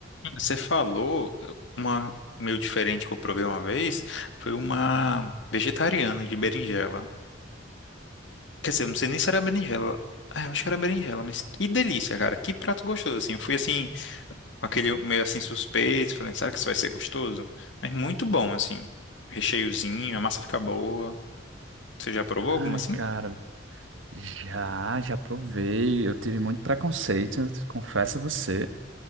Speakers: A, on the left; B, on the right.
A: Você falou uma meio diferente que eu provei uma vez, foi uma vegetariana de berinjela. Quer dizer, eu não sei nem se era berinjela. Ah, eu acho que era berinjela, mas que delícia, cara. Que prato gostoso, assim. Eu fui assim, com aquele meio assim suspeito, falando, será que isso vai ser gostoso? Mas muito bom, assim. Recheiozinho, a massa fica boa. Você já provou alguma
B: Ai,
A: assim?
B: cara. Já, já provei. Eu tive muito preconceito, né? confesso a você.